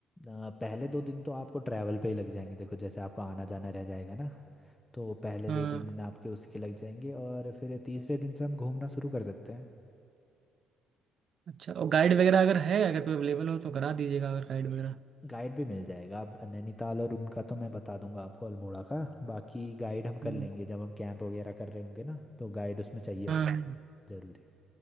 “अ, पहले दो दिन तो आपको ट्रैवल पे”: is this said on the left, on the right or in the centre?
Left